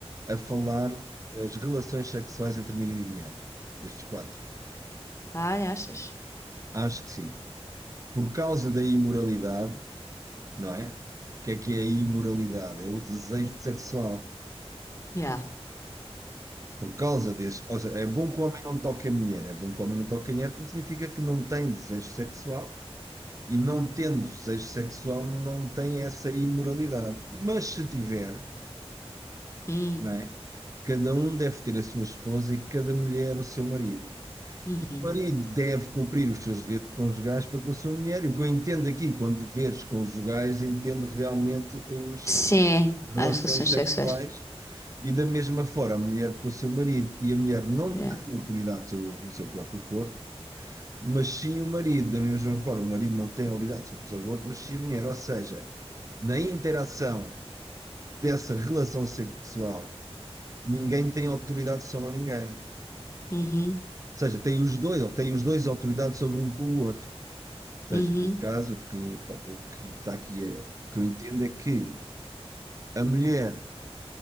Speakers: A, on the right; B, on the left.
A: a falar das relações sexuais entre marido e mulher, destes quatro.
B: Ai, achas?
A: Acho que sim. Por causa da imoralidade, não é? O que é que é a imoralidade? É o desejo sexual.
B: Yeah.
A: Por causa desse. Ou seja, é bom que o homem não toque a mulher. É bom que o homem não toque a mulher porque significa que não tem desejo sexual. E não tendo desejo sexual, não tem essa imoralidade. Mas se tiver,
B: Hum,
A: não é? Cada um deve ter a sua esposa e cada mulher o seu marido.
B: uhum.
A: O marido deve cumprir os seus deveres conjugais para com a sua mulher. E o que eu entendo aqui com deveres conjugais, entendo realmente as
B: Sim,
A: relações
B: as relações
A: sexuais
B: sexuais.
A: e da mesma forma a mulher com o seu marido. E a mulher não
B: Yeah.
A: tem autoridade sobre o seu próprio corpo, mas sim o marido. Da mesma forma, o marido não tem autoridade sobre o seu corpo, mas sim a mulher. Ou seja, na interação dessa relação sexual, ninguém tem autoridade sobre ninguém. Ou
B: Uhum,
A: seja, tem os dois, ou têm os dois autoridade sobre um com o outro. seja,
B: uhum,
A: neste caso, o que, o que está aqui, é- o que eu entendo é que a mulher,